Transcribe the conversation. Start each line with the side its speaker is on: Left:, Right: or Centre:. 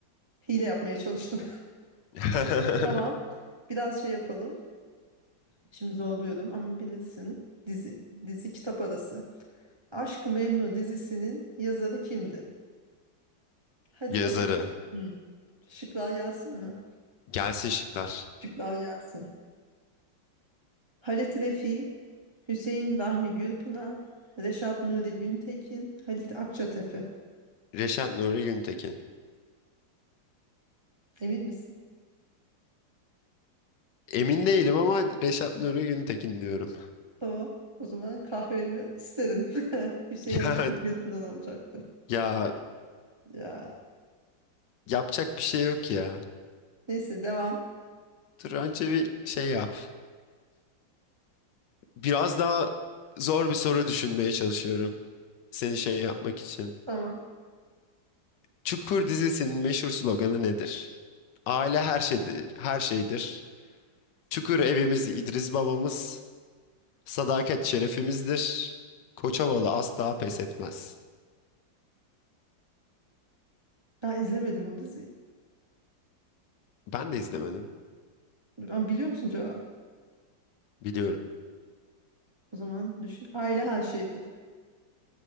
Right: Hile yapmaya çalıştım.
Left: <laughs>
Right: <laughs> Tamam. Biraz şey yapalım. Şimdi zorluyorum ama bilirsin. Dizi, dizi kitap arası. Aşk-ı Memnu dizisinin yazarı kimdir? Hadi
Left: Yazarı.
Right: bakalım. Hmm. Şıklar gelsin mi?
Left: Gelsin şıklar.
Right: Şıklar gelsin. Halit Refi, Hüseyin Rahmi Gürpınar, Reşat Nuri Güntekin, Halit Akçatepe.
Left: Reşat Nuri Güntekin.
Right: Emin misin?
Left: Emin değilim ama Reşat Nuri Güntekin diyorum.
Right: Tamam. O zaman kahvemi isterim. <laughs> Hüseyin
Left: <laughs>
Right: Rahmi Gürpınar
Left: Ya,
Right: olacaktı.
Left: ya
Right: Ya.
Left: yapacak bir şey yok ya.
Right: Neyse devam.
Left: Dur önce bir şey yap. Biraz daha zor bir soru düşünmeye çalışıyorum. Seni şey yapmak için.
Right: Tamam.
Left: Çukur dizisinin meşhur sloganı nedir? Aile her şeydir, her şeydir. Çukur evimiz İdris babamız. Sadakat şerefimizdir. Koçovalı asla pes etmez.
Right: Ben izlemedim o diziyi.
Left: Ben de izlemedim.
Right: Ama biliyor musun cevabı?
Left: Biliyorum.
Right: O zaman düşün. Aile her şeydir.